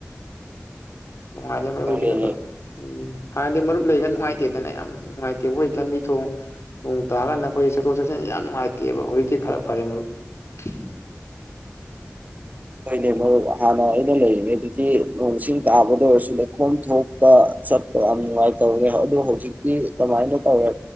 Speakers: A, on the left (about 65°); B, on the right (about 35°).
A: ꯅꯨꯡꯉꯥꯏꯔꯦ ꯃꯔꯨꯞ
B: ꯍꯥꯏꯗꯤ
A: ꯍꯧꯖꯤꯛꯇꯤ ꯀꯛ ꯀꯛ ꯎꯝ ꯍꯥꯟꯅꯗꯤ ꯃꯔꯨꯞ ꯂꯩꯒ ꯅꯨꯡꯉꯥꯏꯇꯦꯗꯅ ꯌꯥꯝ ꯅꯨꯡꯉꯥꯏꯇꯦꯕ ꯑꯩꯈꯣꯏ ꯂꯝꯕꯤ ꯊꯣꯡ ꯅꯣꯡ ꯇꯥꯔꯀꯥꯟꯗ ꯑꯩꯈꯣꯏ ꯆꯠꯊꯣꯛ ꯆꯠꯁꯤꯟꯁꯤ ꯌꯥꯝ ꯅꯨꯡꯉꯥꯏꯇꯦꯕ ꯍꯧꯖꯤꯛꯇꯤ ꯈꯔ ꯐꯔꯦ ꯃꯔꯨꯞ ꯍꯍ
B: ꯍꯣꯏꯅꯦ ꯃꯔꯨꯞ ꯍꯥꯟꯅ ꯑꯩꯅ ꯂꯩꯔꯤꯉꯩꯗꯗꯤ ꯅꯣꯡ ꯁꯤꯡ ꯇꯥꯕꯗ ꯑꯣꯏꯔꯁꯨ ꯂꯩ ꯈꯣꯝ ꯊꯣꯛꯄ ꯆꯠꯄ ꯌꯥꯝ ꯅꯨꯡꯉꯥꯏꯇꯕꯅꯦ ꯑꯗꯣ ꯍꯧꯖꯤꯛꯇꯤ ꯀꯃꯥꯏꯅ ꯇꯧꯔꯦ